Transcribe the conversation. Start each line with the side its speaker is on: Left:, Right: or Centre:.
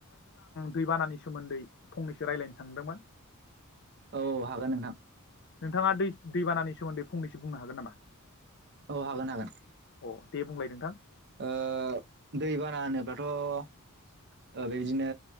Left: दैबानानि सोमोन्दै फंनैसो रायज्लायनो सानदोंमोन
Right: औ हागोन नोंथां
Left: नोंथाङा दै दैबानानि सोमोन्दै फंनैसो बुंनो हागोन नामा
Right: औ हागोन हागोन
Left: अ दे बुंलाय नोंथां
Right: ओ दै बाना होनोब्लाथ ओ बेदिनो